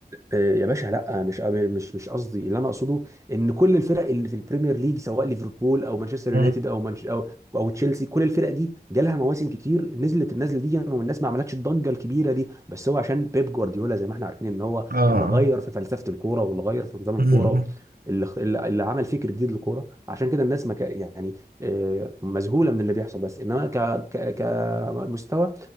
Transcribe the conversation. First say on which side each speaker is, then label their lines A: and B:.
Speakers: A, on the right; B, on the right.
A: آه، يا باشا لا مش مش مش قصدي اللي انا اقصده ان كل الفرق اللي في البريمير ليج سواء ليفربول او مانشستر
B: مم.
A: يونايتد او منش او او تشيلسي كل الفرق دي جالها مواسم كتير نزلت النزله دي والناس ما عملتش الضجه الكبيره دي بس هو عشان بيب جوارديولا زي ما احنا عارفين ان هو
B: اه آه.
A: اللي غير في فلسفه الكوره واللي غير في نظام الكوره
B: مم.
A: اللي اخت- اللي اللي عمل فكر جديد للكوره عشان كده الناس ما ك... يعني آه، مذهوله من اللي بيحصل بس انما ك... ك... كمستوى